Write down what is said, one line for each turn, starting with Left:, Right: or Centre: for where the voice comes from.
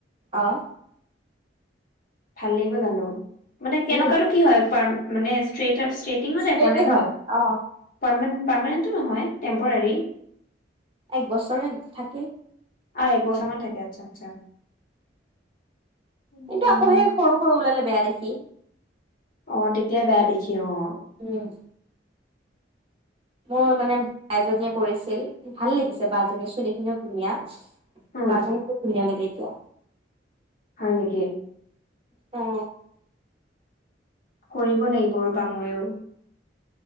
Right: অ।
Left: ভাল লাগিব জানো? মানে
Right: ভাল
Left: কেনেকুৱাতো
Right: লাগিব।
Left: কি হয় প মানে ষ্ট্ৰেইটাৰ ষ্ট্ৰেইটিংৰ
Right: ষ্ট্ৰেইটে
Left: টাইপৰে ন?
Right: হয় অ
Left: পাৰমান পাৰমানেণ্টটো নহয় টেম্পৰাৰী।
Right: এক বছৰে থাকে।
Left: অ এক বৰছামান থাকে আচ্ছা আচ্ছা। উম,
Right: কিন্তু আকৌ সেই সৰু সৰু ওলালে বেয়া দেখি।
Left: অ তেতিয়া বেয়া দেখি অ।
Right: উম। মোৰ মানে বা এজনীয়ে কৰিছিল। ভাল লাগিছে বাজনীৰ চুলি খিনিও ধুনীয়া,
Left: উম,
Right: বাজনী খুপ ধুনীয়া লাগে এতিয়া।
Left: হয় নেকি?
Right: অ।
Left: কৰিব লাগিব ৰ'বা ময়ো।